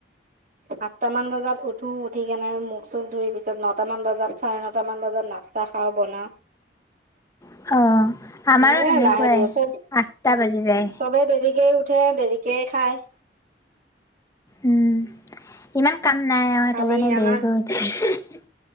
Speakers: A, on the right; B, on the left.
A: আঠটামান বজাত উঠো উঠি কেনে মুখ চুখ ধুৰি পিছত নটা মান বজাত চাৰে নটা মান বজাত নাস্তা অ বনাওঁ
B: অ' আমাৰো
A: সেনেকে
B: সেনেকুৱাই
A: লাহে ধীৰে
B: আঠটা বাজি যায়।
A: চবেই দেৰিকে উঠ ঠে দেৰিকে খায় ।
B: উম ইমান কাম নাই আও সেইটো
A: কালি
B: কাৰণে
A: আমাৰ
B: দেৰিকে উঠে।